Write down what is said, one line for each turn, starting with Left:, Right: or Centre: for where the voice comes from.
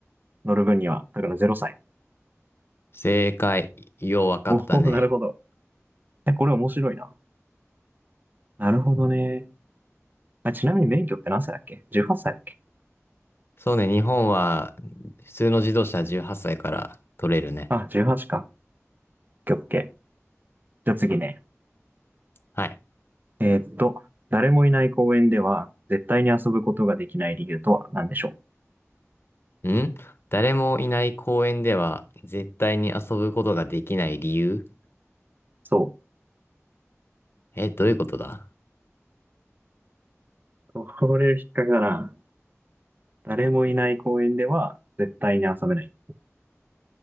Right: 乗る分には、だから0歳。
Left: 正解。ようわかったね。
Right: おお、なるほど。え、これ面白いな。なるほどね。あ、ちなみに免許って何歳だっけ ?18 歳だっけ
Left: そうね、日本は、普通の自動車は18歳から取れるね。
Right: あ、18か。オッケー。じゃあ次ね。
Left: はい。
Right: えーっと、誰もいない公園では、絶対に遊ぶことができない理由とは何でしょう
Left: ん誰もいない公園では、絶対に遊ぶことができない理由
Right: そ
Left: え、どういうことだ
Right: う。これ引っ掛けだな。誰もいない公園では絶対に遊べない。